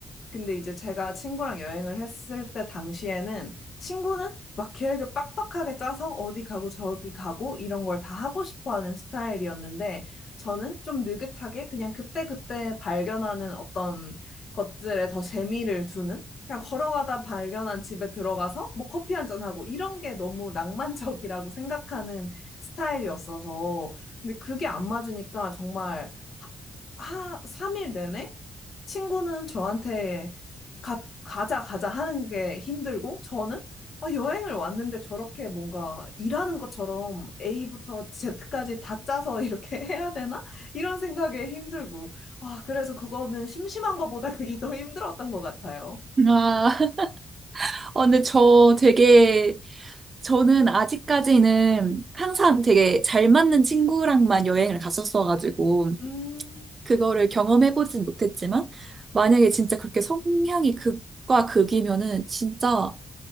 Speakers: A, on the left; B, on the right.
A: 근데 이제 제가 친구랑 여행을 했을 때 당시에는 친구는 막 계획을 빡빡하게 짜서 어디 가고 저기 가고 이런 걸 다 하고 싶어 하는 스타일이었는데 저는 좀 느긋하게 그냥 그때그때 발견하는 어떤 것들에 더 재미를 두는 그냥 걸어가다 발견한 집에 들어가서 뭐 커피 한 잔하고 이런 게 너무 낭만적이라고 생각하는 스타일이었어서 근데 그게 안 맞으니까 정말 하, 3일 내내 친구는 저한테 가, 가자, 가자 하는 게 힘들고, 저는 아, 여행을 왔는데 저렇게 뭔가 일하는 것처럼 A부터 Z까지 다 짜서 이렇게 <laughs> 해야 되나? 이런 생각에 힘들고. 아, 그래서 그거는 심심한 것보다 그게 더 힘들었던 것 같아요.
B: 아, <laughs> 어, 근데 저 되게, 저는 아직까지는 항상 되게 잘 맞는 친구랑만 여행을 갔었어가지고,
A: 음,
B: 그거를 경험해보진 못했지만, 만약에 진짜 그렇게 성향이 극과 극이면은 진짜